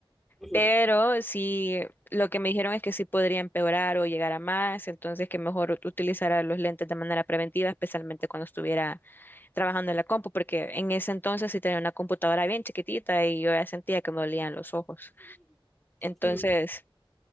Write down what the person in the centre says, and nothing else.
<laughs> ujú.
Ujú,